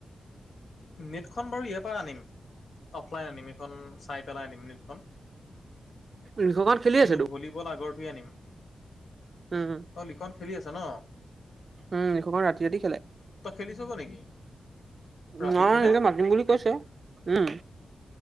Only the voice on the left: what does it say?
নেটখন বাৰু ইয়াৰ পৰা আনিম, অফলাইন আনিম, এইখন চাই পেলাই আনিম নেটখন। কিন্তু
ভলীবল আগৰটোয়েই আনিম।
অঁ লিখন খেলি আছে ন?
খেলি চাব নেকি? ৰাতি
খেলে